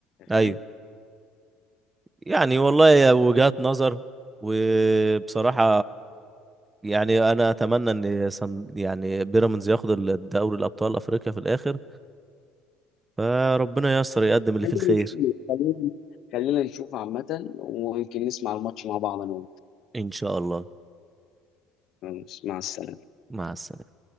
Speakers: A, on the right (about 20°); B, on the left (about 55°).
A: ايوه
B: فاهم
A: يعني والله هي وجهات نظر وبصراحة يعني أنا أتمنى إن سن يعني بيراميدز ياخد ال- دوري الأبطال أفريقيا في الآخر فربنا ييسر يقدم اللي
B: خلينا
A: فيه الخير
B: نشوف خلينا خلينا نشوف عامه ويمكن نسمع الماتش مع بعض انا
A: إن شاء الله
B: وانت مع السلامه
A: مع السلامة